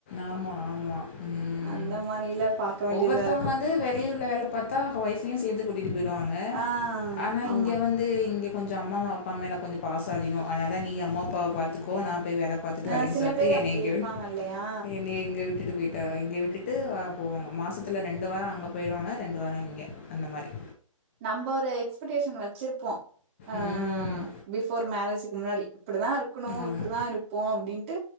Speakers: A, on the left; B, on the right.
A: ஆமா ஆமா ம்
B: அந்த மாரில பாக்க வேண்டியதா
A: ஒவ்வொருத்தவங்க
B: இருக்கு
A: வந்து வெளியூர்ல வேல பார்த்தா ஒய்ஃப்பையு சேத்து கூட்டிட்டு போய்டுவாங்க
B: ஆ
A: ஆனா
B: ஆமா
A: இங்க வந்து இங்க கொஞ்ச அம்மா அப்பா மேல எல்லா கொஞ்ச பாச அதிக அதனால நீ அம்மா அப்பாவ பார்த்துக்கும் கோ நா போய் வேல பார்த்தட்டு
B: ஆ
A: வரேன்னு
B: சில
A: சொல்லிட்டு
B: பேர்
A: என்னய
B: அப்டி
A: இங்க
B: இருப்பாங்க
A: விட்
B: இல்லையா
A: <unintelligible> இங்க விட்டுட்டு பேய்டு ட இங்க விட்டுட்டு அ போவாங்க மாசத்தில ரெண்டு வார அங்க போயிடுவாங்க ரெண்டு வார இங்க அந்த மாரி
B: நம்ப ஒரு எக்ஸ்பெக்டேஷன் வச்சிருப்போ ஆ
A: ம்
B: பிஃபோர் மேரேஜிக்கு முன்னாடி இப்படிதா இருக்கணு
A: ஆமா
B: இப்டிதா இரு ப்போ அப்டின்ட்டு